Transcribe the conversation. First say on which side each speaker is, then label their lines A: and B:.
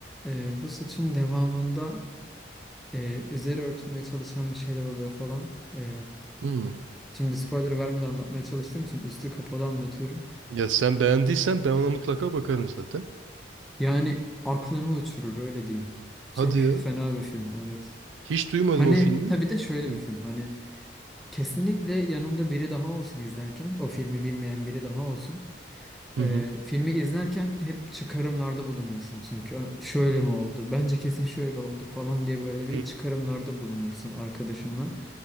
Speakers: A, in the centre; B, on the right.
A: e, bu suçun devamında e, üzeri örtülmeye çalışan bir şeyler oluyor falan. E,
B: Hmm.
A: şimdi spoiler vermeden anlatmaya çalıştığım için üstü kapalı anlatıyorum.
B: Ya sen beğendiysen ben ona mutlaka bakarım zaten.
A: Yani aklını uçurur öyle diyeyim.
B: Hadi
A: Çok <laughs>
B: ya.
A: fena bir film evet.
B: Hiç duymadım
A: Hani
B: o filmi.
A: tabii de şöyle
B: Hı
A: bir film. Hani kesinlikle yanında biri daha olsun izlerken. O filmi bilmeyen biri daha olsun.
B: hı.
A: Ee, filmi izlerken hep çıkarımlarda bulunuyorsun çünkü "Aa, şöyle mi oldu? Bence kesin şöyle oldu falan diye böyle bir
B: Hı.
A: çıkarımlarda bulunursun arkadaşınla.